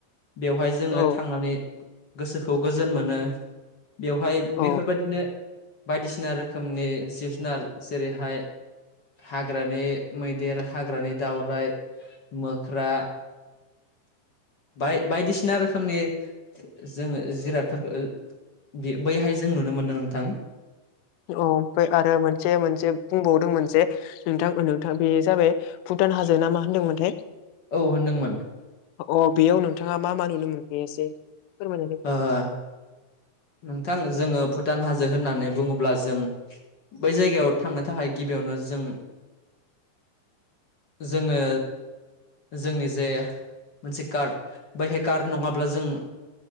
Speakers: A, on the left; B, on the left.
A: बेवहाय जों
B: औ
A: थांनानै गोसोखौ गोजोन मोनो बेवहाय
B: औ
A: बेफोरबायदिनो बायदिसिना रोखोमनि जिब जुनार जेरैहाय हाग्रानि मैदेर हाग्रानि दावरायाइ मोख्रा बाय बायदिसिना रोखोमनि जोङो जिरादफोरखौ बे बैहाय जों नुनो मोनो नोंथां
B: ओ ओमफ्राय आरो मोनसे मोनसे बुंबावदों मोनसे नोंथां नोंथां बेनो जाबाय भुटान हाजो ना मा होनदोंमोनथाय
A: औ होनदोंमोन
B: अओ बेयाव नोंथांआ मा मा नुनो मोनखो एसे फोरमायनायै
A: ओ नोंथां जोङो भुटान हाजो होननानै बुङोब्ला जों बै जायगायाव थांनो थाखाय गिबियावनो जों
B: <inaudible>
A: जोङो जोंनि जे मोनसे कार्ड बैहाय कार्ड नङाब्ला जों